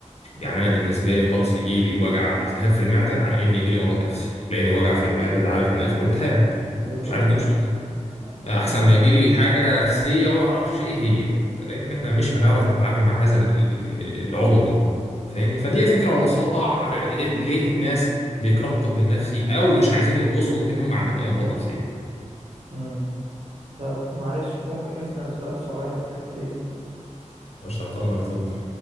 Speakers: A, on the right; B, on the left.
A: مم.
B: يعني انا بالنسبه لي خالص يجي لي وجع التهاب في المعده على ان يجي لي مرض نفسي لان الوجع في المعده ده عارف ان اخره التهاب
A: بالظبط
B: مش عارف جوه
A: آه.
B: احسن
A: ال-
B: ما يجي لي حاجه نفسيه وانا ما اعرفش ايه هي لان احنا مش هنعرف نتعامل مع هذا ال- ال- ال- ال- العضو المعاق فاهمني فديت فكره مبسطه على إيه- ليه الناس بيكرهوا الطب النفسي او مش عايزين يتوصموا بانهم عندهم اي امراض نفسيه
A: مم. طب معلش ممكن نسأل سؤال صغير في الحتة دي
B: مش تحت امرك اتفضل